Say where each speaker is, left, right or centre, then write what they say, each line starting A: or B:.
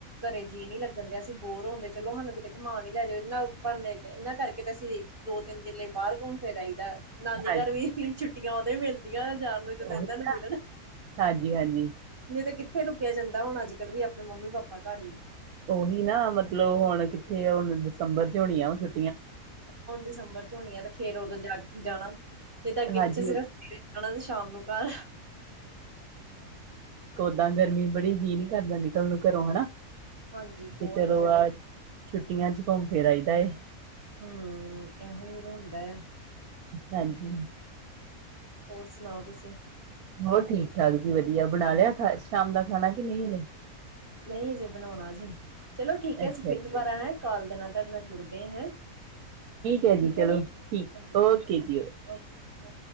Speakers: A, on the right; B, on the right.
A: ਘਰੇ ਜੀਅ ਨੀ ਲੱਗਣ ਦਿਆ ਸੀ, ਬੋਰ ਹੋਣਦੇ ਚਲੋ ਹੁਣ ਕਿਤੇ ਘਮਾਨ ਈ ਲੈ ਜੌ, ਇਨਾ ਬੰਨ <unintelligible> ਏਨਾਂ ਕਰਕੇ ਤੇ ਅਸੀਂ ਦੋ ਤਿੰਨ ਦਿਨ ਲਈ ਬਾਰ ਘੁੰਣ ਫਿਰ ਆਈਦਾ। ਨਾਨੀ
B: ਹਾਂਜੀ
A: ਘਰ ਵੀ, ਛੁੱਟੀਆਂ ਓਦੇ ਹੀ ਮਿਲਦੀਆਂ ਜਾਣ ਨੂੰ
B: ਉਹੀ
A: ਨੰਦਾ ਨੂੰ ਮਿਲਣ,
B: ਹਾਂਜੀ ਹਾਂਜੀ।
A: ਨਈ ਤੇ ਕਿ ਕਿੱਥੇ ਰੁਕਿਆ ਜਾਂਦਾ ਹੁਣ ਅੱਜ ਕੱਲ੍ਹ ਵੀ ਆਪਣੇ ਮੰਮੀ ਪਾਪਾ ਘਰ ਵੀ।
B: ਓਹੀ ਨਾ ਮਤਲਬ ਹੁਣ ਕਿੱਥੇ ਹੁਣ ਦਸੰਬਰ ਚ ਹੋਣੀ ਆ ਉਹ ਛੁੱ
A: ਹੁਣ ਦਸੰਬਰ ਚ ਹੋਣੀਆਂ, ਤੇ ਫੇਰ ਉਦੋਂ ਜਾ ਜਾਣਾ। ਨੀ ਤਾਂ ਅੱਗੇ
B: ਹਾਂਜੀ
A: ਪਿੱਛੇ ਸਿਰਫ਼ ਸਵੇਰੇ ਜਾਣਾ ਤੇ ਸ਼ਾਮ ਨੂੰ ਘਰ।
B: ਦਾਂ ਗਰਮੀ ਬੜੀ ਫੀਲ ਕਰਦਾ, ਨਿਕਲਣ ਨੂੰ ਘਰੋਂ ਹਨਾ।
A: ਹਾਂਜੀ ਬਹੁਤ
B: ਤੇ ਚਲੋ
A: ਹੀ ਜ਼ਿਆਦੀ
B: ਆ ਛੁੱਟੀਆਂ ਚ ਘੁੰਮ ਫਿਰ ਆਈਦਾ ਏ।
A: ਹਮ ਏਹੋ ਈ ਤੇ ਹੁੰਦਾ ਏ।
B: ਹਾਂਜੀ।
A: ਹੋਰ ਸੁਣਾਓ ਤੁਸੀਂ?
B: ਹੋਰ ਠੀਕ ਠਾਕ ਜੀ ਵਧੀਆ, ਬਣਾ ਲਿਆ ਖਾ ਸ਼ਾਮ ਦਾ? ਖਾਣਾ ਕਿ ਨਹੀਂ ਹਲੇ
A: ਨਹੀਂ ਅਜੇ ਬਣਾਉਣਾਜੇ, ਚਲੋ ਠੀਕ ਐ
B: ਅੱਛਾ
A: ਅਸੀਂ ਫਿਰ ਦੁਬਾਰਾ
B: ਜੀ
A: ਹੈਂ ਕਾਲ ਦੇਣਾ <unintelligible> ਨਾਲ ਜੁੜਦੇ ਹੈ।
B: ਹੈ
A: ਠੀਕ
B: ਚਲੋ
A: ਐ ਜੀ
B: ਠੀਕ
A: ਹਾਂਜੀ
B: ਓਕੇ ਜੀ
A: ਓਕੇ ਓਕੇ